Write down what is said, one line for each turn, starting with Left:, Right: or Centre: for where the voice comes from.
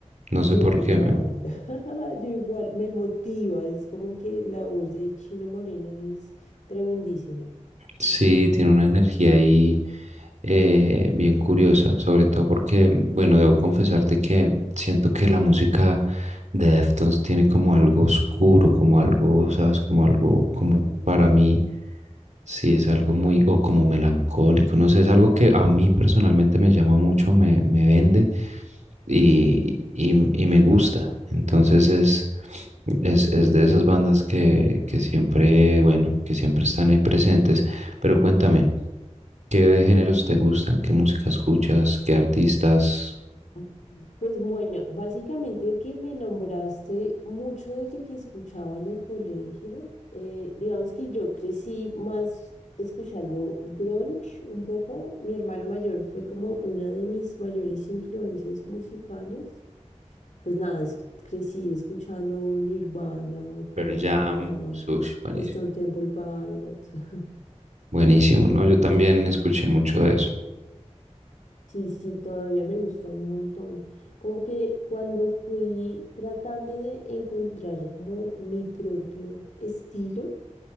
Right: no sé
Left: Yo
Right: por
Left: igual,
Right: qué, me,
Left: <laughs> yo igual, me motiva, es como que la voz de Chino Moreno es tremendísima.
Right: Sí, tiene una energía ahí eh, bien curiosa, sobre todo porque, bueno, debo confesarte que siento que la música de Deftones tiene como algo oscuro, como algo, ¿sabes? Como algo, como para mí, sí, es algo muy, o como melancólico, no sé, es algo que a mí personalmente me llama mucho, me, me vende y, y, y me gusta. Entonces es, es, es de esas bandas que, que siempre, bueno, que siempre están ahí presentes. Pero cuéntame, ¿qué géneros te gustan? ¿Qué música escuchas? ¿Qué artistas?
Left: Ujú. Pues bueno, básicamente que me nombraste mucho de lo que escuchaba en el colegio. Eh, digamos que yo crecí más escuchando grunge un poco. Mi hermano mayor fue como una de mis mayores influencias musicales. pues nada, es- crecí escuchando Nirvana, Pearl
Right: Pearl Jam,
Left: Jam,
Right: Sush, buenísimo.
Left: Stone Temple Pilots. <laughs>
Right: Buenísimo,
Left: Eh,
Right: ¿no? Yo también escuché mucho de eso.
Left: sí, sí, todavía me gusta un montón. Como que cuando fui tratando de encontrar como mi propio estilo,